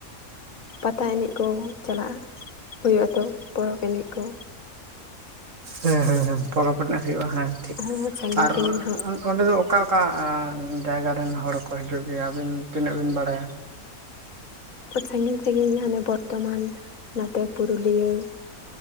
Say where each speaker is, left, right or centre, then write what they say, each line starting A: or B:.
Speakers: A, on the left (about 65°); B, on the right (about 55°).
A: ᱯᱟᱛᱟ ᱮᱱᱮᱡ ᱠᱚ, ᱪᱟᱞᱟᱜᱼᱟ ᱦᱩᱭ ᱟᱛᱚ ᱯᱚᱨᱚᱵᱽ ᱮᱱᱮᱡ ᱠᱚ,
B: ᱦᱮᱸ ᱦᱮᱸ ᱦᱮᱸ ᱯᱚᱨᱚᱵᱽ ᱮᱱᱮᱡ ᱦᱩᱭᱩᱜᱼᱟ ᱦᱮᱸ ᱴᱷᱤᱠ
A: ᱦᱚᱸ ᱥᱟᱺᱜᱤᱧ
B: ᱟᱨ
A: ᱥᱟᱺᱜᱤᱧ ᱦᱚᱸ
B: ᱚᱸᱰᱮ ᱫᱚ ᱚᱠᱟ ᱚᱠᱟ ᱡᱟᱭᱜᱟ ᱨᱮᱱ ᱦᱚᱲ ᱠᱚ ᱦᱤᱡᱩᱜ ᱜᱮᱭᱟ ᱟᱹᱵᱤᱱ ᱛᱤᱱᱟᱹᱜ ᱵᱤᱱ ᱵᱟᱲᱟᱭᱟ,
A: ᱥᱟᱺᱜᱤᱧ ᱥᱟᱺᱜᱤᱧ ᱦᱟᱱᱮ ᱵᱚᱨᱫᱷᱚᱢᱟᱱ ᱱᱚᱛᱮ ᱯᱩᱨᱩᱞᱤᱭᱟᱹ